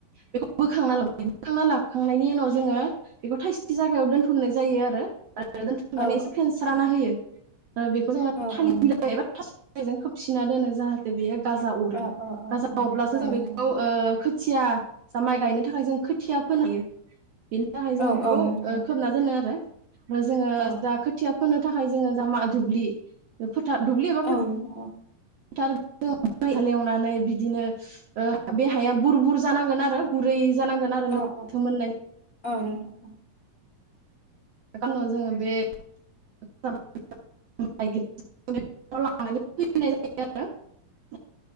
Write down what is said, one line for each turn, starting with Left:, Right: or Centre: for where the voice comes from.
Right: बेखौ बोखांना लाबोयो बोखांना लाबोखांनायनि उनाव जोङो बेखौ थाइसे जायगायाव दोनथुमनाय जायो आरो। आरो दोनथुमनानै
Left: औ
Right: एसे फेनसि फोराना होयो। बेखौ जोंङो
Left: औ
Right: थालिर
Left: औ नोंथां
Right: बिलाय एबा थास बेजों खोबसिना दोनो जाहाथे बेयो गाजा अरो
Left: औ औ औ
Right: गाजा
Left: औ
Right: अरब्लासो
Left: औ
Right: जों
Left: नोंथां
Right: बेखौ ओ खोथिया जा माइ गायनो थाखाय जों खोथिया फोनो हायो। थाखाय जोङो
Left: औ
Right: बेखौ
Left: औ नोंथां
Right: ओ खोबना दोनो आरो। जोङो
Left: औ
Right: जा खोथिया फोनो थाखाय जोङो जामा दुब्लि दा दुब्लि एबा
Left: औ
Right: फो
Left: नोंथां
Right: <unintelligible> हालेवनानै बिदिनो बे हाया बुर बुर जानांगोन आरो गुरै। जानांगोन आरो लोथोमोननाय।
Left: औ औ औ नोंथां औ
Right: जोङो बे <unintelligible> खुलिनाय जायो आरो।